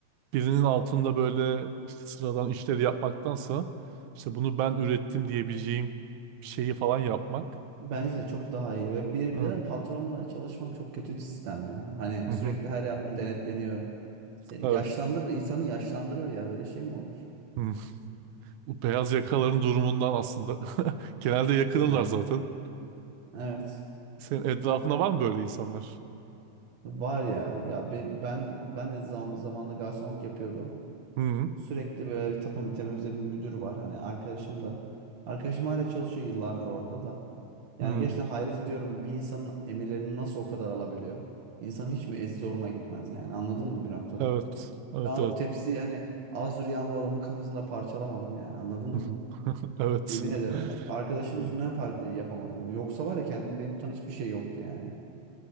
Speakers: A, on the right; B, on the right.
A: Birinin altında böyle işte sıradan işleri yapmaktansa işte bunu ben ürettim diyebileceğim bir şeyi falan yapmak.
B: Bence de çok daha iyi ve bir,
A: Evet.
B: bir de patronla çalışmak çok kötü bir sistem ya. Hani
A: <laughs>
B: sürekli her yaptığın denetleniyor. Seni
A: Evet.
B: yaşlandırır, insanı yaşlandırır ya böyle şey mi olur?
A: <laughs> Bu beyaz yakaların durumundan aslında. <laughs> Genelde yakınırlar
B: Evet.
A: zaten.
B: Evet.
A: Senin etrafında var mı böyle insanlar?
B: Var ya ya be- ben ben de zaman zamanında garsonluk yapıyordum.
A: Hı
B: Sürekli böyle bir tapa- tepemizde bir müdür var. Hani arkadaşım da. Arkadaşım hala çalışıyor yıllardır orada da. Yani
A: hı.
B: gerçekten hayret ediyorum. Bir insanın emirlerini nasıl o kadar alabiliyor? İnsan hiç mi ez zoruna gitmez yani anladın mı bir noktada?
A: Evet. Evet
B: Ben o
A: evet.
B: tepsi hani az rüyamda adamın kafasında parçalamadım yani anladın mı?
A: <laughs> Evet.
B: Yemin ederim bak. Arkadaşım
A: Hı.
B: yüzünden par- yapamadım. Yoksa var ya kendim beni tutan hiçbir şey yoktu yani.